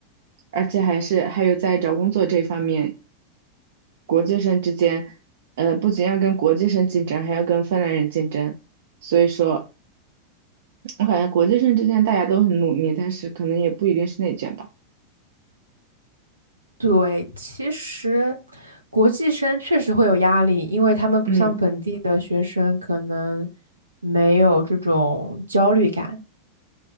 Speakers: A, on the right; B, on the right.
A: 而且还是还有在找工作这方面，国际生之间，呃，不仅要跟国际生竞争，还要跟芬兰人竞争，所以说我感觉国际生之间大家都很努力，但是可能也不一定是内卷吧，
B: 对，其实国际生确实会有压力，因为他们不像本地的学生，
A: 嗯，
B: 可能没有这种焦虑感。